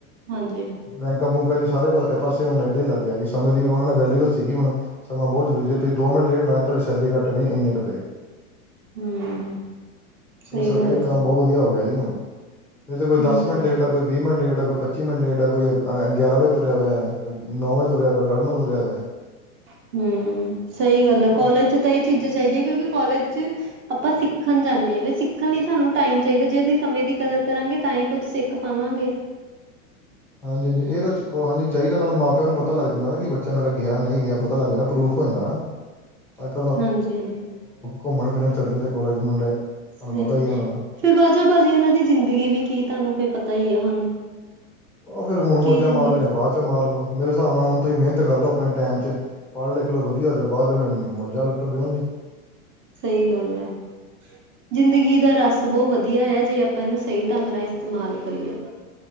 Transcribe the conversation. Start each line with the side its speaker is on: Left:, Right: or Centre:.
Right: ਹਾਂਜੀ।
Centre: ਬੈਂਕਾ ਬੁੰਕਾ ਜੀ ਸਾਰੇ ਪਾਸ ਪਾਸੇ ਹੁਣ ਏਦਾਂ ਹੀ ਲੱਗ ਗਿਆ, ਸਮੇਂ ਦੀ ਉਹਨਾਂ ਨੇ ਵੈਲਿਊ ਦੱਸੀ ਕਿ ਹੁਣ ਸਮਾਂ ਬਹੁਤ ਜ਼ੂਰੁਰੀ ਜੇ ਤੁਸੀ ਦੋ ਮਿੰਨਟ ਲੇਟ ਨਾਲੇ ਤੁਹਾਡੀ ਸੈਲਰੀ ਕੱਟ ਹੋ ਜਾਣੀ, ਇਨੇ ਰੁਪਏ
Right: ਹੂੰ ਸਹੀ
Centre: ਇਹ ਸਰ
Right: ਗੱਲ
Centre: ਇਹ
Right: ਆ
Centre: ਕੰਮ ਬਹੁਤ ਵਧੀਆ ਹੋ ਗਿਆ ਜੀ ਹੁਣ। ਏ ਤਾਂ ਕੋਈ
Right: ਹੂੰ
Centre: ਦਸ ਮਿੰਟ ਲੇਟ ਆ, ਕੋਈ ਵੀਹ ਮਿੰਟ ਲੇਟ ਆ, ਕੋਈ ਪੱਚੀ ਮਿੰਟ ਲੇਟ ਆ, ਕੋਈ ਗਿਆਰਾਂ ਵਜੇ ਤੁਰਿਆ ਹੋਇਆ ਐ ਕੋਈ ਨੌ ਵਜੇ ਤੁਰਿਆ, ਕੋਈ ਸਾਢੇ ਨੌ ਤੁਰਿਆ ਪਿਆ।
Right: ਹਮ, ਸਹੀ ਗੱਲ ਆ
Centre: ਹੈ।
Right: ਕੋਲਜ ਚ ਤਾਂ ਇਹ ਚੀਜ਼ਾਂ ਚਾਹੀਦੀਆਂ, ਕਿਉਂਕਿ ਕਾਲਜ ਚ ਆਪਾ ਸਿੱਖਣ ਜਾਂਨੇ ਹਾਂ ਵੀ ਸਿੱਖਣ ਲਈ ਸਾਨੂੰ ਟਾਈਮ ਚਾਹੀਦਾ ਜੇ ਅਸੀਂ ਸਮੇਂ ਦੀ ਕਦਰ ਕਰਾਂਗੇ ਤਾਂ ਹੀ ਕੁੱਛ ਸਿੱਖ ਪਾਵਾਂਗੇ।
Centre: ਹਾਂਜੀ-ਹਾਂਜੀ, ਏ ਤਾਂ ਕੋਹ ਚਾਹੀਦਾ ਨਾਲ ਮਾਂ ਪਿਓ ਨੂੰ ਪਤਾ ਲੱਗ ਜਾਂਦਾ ਨਾ ਕਿ ਬੱਚਾ ਮੇਰਾ ਗਿਆ ਨਹੀਂ ਗਿਆ ਪਤਾ ਲੱਗਦਾ ਨਾ। ਪਰੂਫ ਹੋ ਜਾਂਦਾ ਨਾ <inaudible>
Right: ਹਾਂਜੀ ਹਾਂਜੀ
Centre: ਘੁੰਮਣ ਫਿਰਨ ਚੱਲ ਜਾਂਦੇ ਕੋਲਜ ਮੁੰਡੇ ਤੁਹਾਨੂੰ
Right: ਸਹੀ
Centre: ਪਤਾ ਹੀ ਹੈ, ਉਹਨਾਂ ਦਾ।
Right: ਫਿਰ ਬਾਚੋਂ ਭਾਜੀ ਉਹਨਾਂ ਦੀ ਜ਼ਿੰਦਗੀ ਵੀ ਕੀ ਤੁਹਾਨੂੰ ਫਿਰ ਪਤਾ ਹੀ ਆ ਹੁਣ
Centre: ਉਹ ਫਿਰ ਹੁਣ ਮੋਜਾਂ
Right: ਕੀ ਜ਼ਿੰਦਗੀ
Centre: ਮਾਰ ਲਈ ਜਾਂ ਬਾਅਦ ਚੋਂ ਮਾਰ ਲੋ ਮੇਰੇ ਹਿਸਾਬ ਨਾਲ ਹੁਣ ਤੁਸੀਂ ਮਿਹਨਤ ਕਰ ਲੋ ਆਪਣੇ ਟੈਮ ਚ। ਪੜ੍ਹ ਲਿਖ ਲੋ ਵਧੀਆ ਜਾ ਬਾਅਦ ਚ ਫਿਰ ਮੋਝਾਂ ਲੁਟੇਗੇ, ਕਿਉਂ ਜੀ?
Right: ਸਹੀ ਗੱਲ ਐ। ਜ਼ਿੰਦਗੀ ਦਾ ਰਸ ਬਹੁਤ ਵਧੀਆ ਹੈ, ਜੇ ਆਪਾਂ ਇਹਨੂੰ ਸਹੀ ਢੰਗ ਨਾਲ ਇਸਤੇਮਾਲ ਕਰੀਏ ਤਾਂ।